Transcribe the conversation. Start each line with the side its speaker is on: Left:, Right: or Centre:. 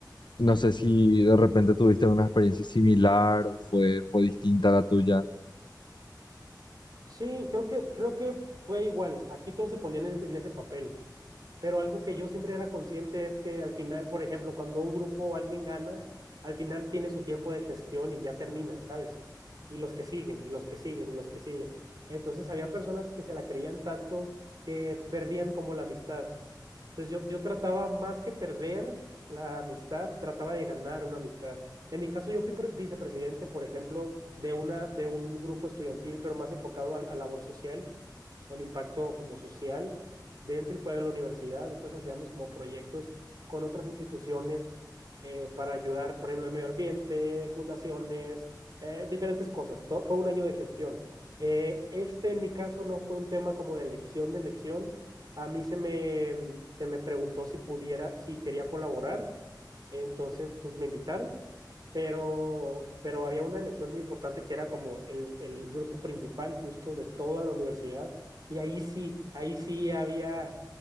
Left: no sé si de repente tuviste una experiencia similar o fue, fue distinta a la tuya.
Right: Sí, creo que, creo que fue igual. Aquí todos se ponían en, en ese papel. Pero algo que yo siempre era consciente es que al final, por ejemplo, cuando un grupo o alguien gana, al final tiene su tiempo de gestión y ya termina, ¿sabes? Y los que siguen, y los que siguen, y los que siguen. Entonces había personas que se la creían tanto que perdían como la amistad. Entonces yo, yo trataba más que perder la amistad, trataba de ganar una amistad. En mi caso yo fui pre- vicepresidente, por ejemplo, de una, de un grupo estudiantil, pero más enfocado al- a, labor social con impacto como social dentro y fuera de la universidad. Entonces hacíamos como proyectos con otras instituciones eh, para ayudar, por ejemplo, al medio ambiente, fundaciones, eh, diferentes cosas. To- fue un año de gestión. Eh, este en mi caso no fue un tema como de elección de elección. A mí se me, se me preguntó si pudiera, si quería colaborar entonces, pues me invitaron, pero, pero había una elección muy importante que era como el, el grupo principal justo de toda la universidad. Y ahí sí, ahí sí había